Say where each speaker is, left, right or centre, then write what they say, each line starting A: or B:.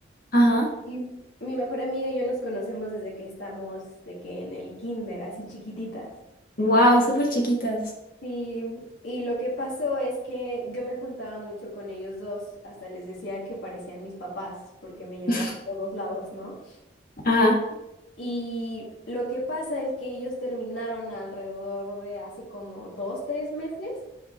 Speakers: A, on the left; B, on the left.
A: Ajá.
B: Y mi mejor amiga y yo nos conocemos desde que estamos, de que en el kinder, así chiquititas.
A: Wow, súper chiquitas.
B: Sí. y lo que pasó es que yo me juntaba mucho con ellos dos, hasta les decía que parecían mis papás, porque me llevaban
A: <laughs>
B: a todos lados, ¿no?
A: Ajá.
B: Y lo que pasa es que ellos terminaron alrededor de hace como dos, tres meses